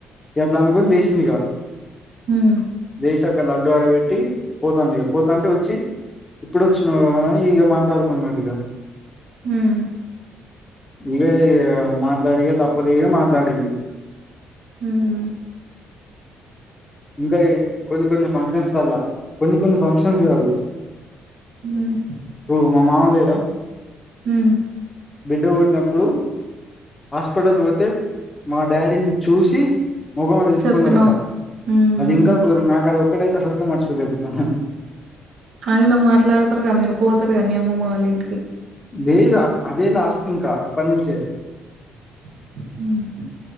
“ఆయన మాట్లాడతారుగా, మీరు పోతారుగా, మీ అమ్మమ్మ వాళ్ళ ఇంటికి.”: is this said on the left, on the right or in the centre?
Right